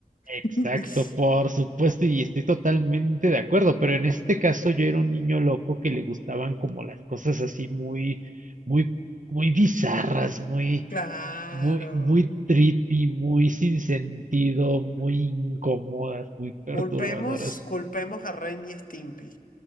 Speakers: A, on the right (about 55°); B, on the left (about 60°).
A: exacto,
B: <laughs>
A: por supuesto, y estoy totalmente de acuerdo, pero en este caso yo era un niño loco que le gustaban como las cosas así muy, muy, muy bizarras, muy,
B: Claro.
A: muy, muy trippy, muy sin sentido, muy incómodas, muy perturbadoras.
B: Culpemos, culpemos a Ren y Stimpy.